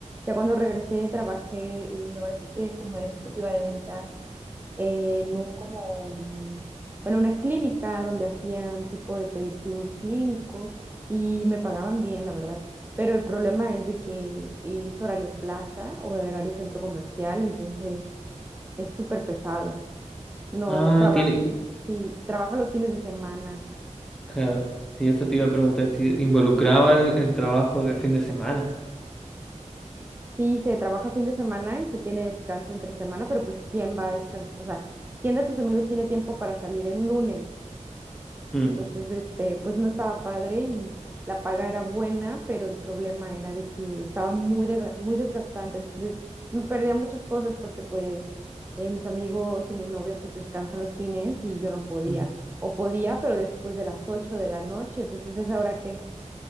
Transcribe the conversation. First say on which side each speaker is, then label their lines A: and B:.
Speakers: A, on the right; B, in the centre.
A: ya cuando regresé trabajé, eh, ahora sí que como ejecutiva de ventas en un como, mm, bueno, una clínica donde hacían tipo de pedicure clínico y me pagaban bien, la verdad. Pero el problema es de que es horario plaza o horario centro comercial, entonces es súper pesado. No
B: Ah,
A: trabaja,
B: tiene,
A: sí, trabaja los fines de semana.
B: claro. Sí, eso te iba a preguntar si involucraba el, el trabajo de fin de semana.
A: Sí, se trabaja fin de semana y se tiene descanso entre semana, pero pues ¿quién va a descansar? O sea, ¿quién de tus amigos tiene tiempo para salir un lunes?
B: Mm,
A: Entonces, este, pues no estaba padre y la paga era buena, pero el problema era de que estaba muy, desga- muy desgastante. Entonces, me perdía muchas cosas porque pues eh, mis amigos y mi novio pues descansan los fines y yo no podía.
B: mm.
A: O podía, pero después de las 8 de la noche. Entonces, es ahora que